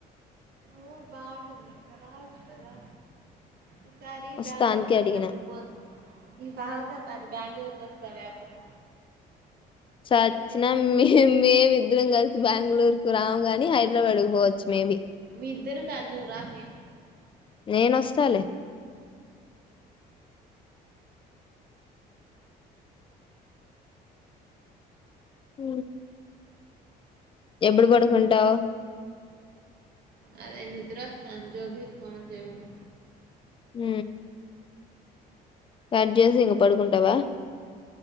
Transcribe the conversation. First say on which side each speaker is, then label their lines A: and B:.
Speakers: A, on the right (about 65°); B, on the left (about 30°).
A: ఊ బాగుంటుది నువ్వు ఇక్క రావచ్చు కదా ఈసారి
B: వస్తా
A: బెంగళూరు
B: అందుకే
A: కెళ్ళినప్పుడు
B: అడిగిన
A: పోత్ ఈ బావతో పాటు బెంగళూరు కో గవి అపుడు
B: వచ్చిన మేం మేమిద్దరం కలిసి బెంగళూరు కు రాము కాని హైదరాబాద్కి పోవచ్చు మేబి
A: మీ ఇద్దరు కర్నూరామీ
B: నేన్ వస్తాలే ఊ ఎప్పుడు పడుకుంటావ్
A: అదే నిద్రవస్తంది జోగికి ఫోన్ చేయాలి
B: ఊ కట్ చేసి ఇంక పడుకుంటావా